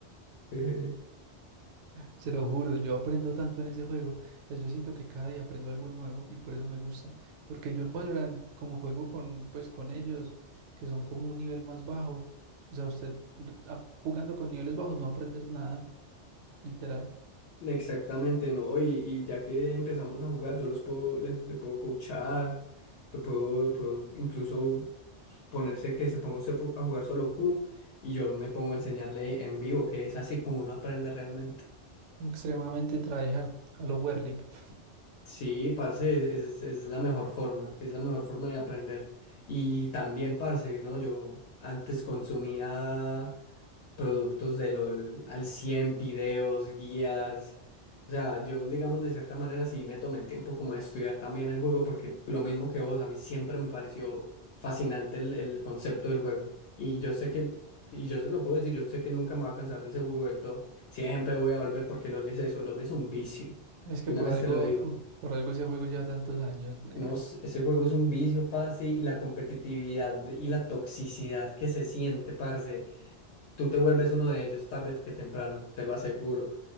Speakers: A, on the left; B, on the right.
A: <laughs>
B: Se lo juro, yo aprendo tanto en ese juego. O sea, yo siento que cada día aprendo algo nuevo y por eso me gusta. Porque yo en Valorant, como juego con, pues, con ellos, que son como un nivel más bajo, o sea, usted r- a- jugando con niveles bajos no va a aprender nada, literal.
A: Exactamente, ¿no? Y, y ya que empezamos a jugar, yo los puedo, les, le puedo coachar, lo puedo, puedo incluso ponerse que se ponga usted po- a jugar solo Q y yo me pongo a enseñarle en vivo, que es así como uno aprende realmente.
B: Extremadamente tryhard a lo Werlip. <laughs>
A: Sí, parce, es, es- es la mejor forma, es la mejor forma de aprender. Y también, parce, ¿no? Yo antes consumía productos de LOL al 100 videos, guías. O sea, yo, digamos, de cierta manera sí me tomé el tiempo como de estudiar también el juego, porque lo mismo que vos, a mí siempre me pareció fascinante el, el concepto del juego. Y yo sé que, y yo se lo puedo decir, yo sé que nunca me voy a cansar de ese juego del todo. Siempre voy a volver porque LOL es eso, LOL es un vicio.
B: Es que
A: Y una
B: por
A: vez
B: algo,
A: te lo digo.
B: <laughs> por algo ese juego lleva tantos años. nea.
A: No, s- ese juego es un vicio, parce, y la competitividad y la toxicidad que se siente, parce. Tú te vuelves uno de ellos tarde que temprano, te lo aseguro.